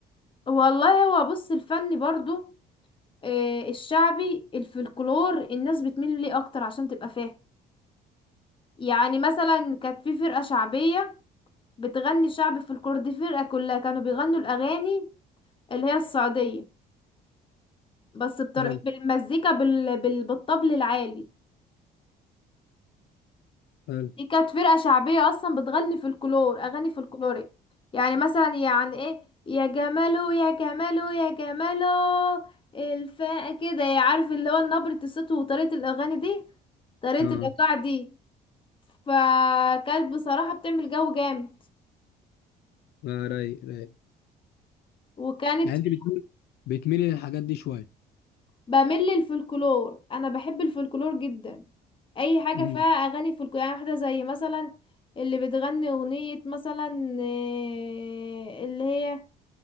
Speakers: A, on the left (about 30°); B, on the left (about 75°).
A: والله هو بص الفن برضو آه، الشعبي الفلكلور الناس بتميل ليه اكتر عشان تبقى فاهم يعني مثلا كانت في فرقة شعبية بتغني شعب فلكلور دي فرقة كلها كانوا بيغنوا الاغاني اللي هي السعودية بس بطريقة
B: حلو
A: بالمزيكا بال... بال... بالطبل العالي
B: حلو
A: دي كانت فرقة شعبية اصلا بتغني فلكلور اغاني فلكلورية يعني مثلا يعني ايه يا جمالو يا جمالو يا جمالو الفا كده عارف اللي هو نبرة الصوت وطريقة الاغاني دي طريقة
B: اه
A: الايقاع دي فكانت بصراحة بتعمل جو جامد
B: لا رايق رايق
A: وكانت
B: يعني
A: في
B: انت بتميل بتميلي للحاجات دي شويه
A: بمل الفلكلور انا بحب الفلكلور جدا اي حاجة
B: امم
A: فيها اغاني فلكلور يعني واحدة زي مثلا اللي بتغني اغنية مثلا آه، اللي هي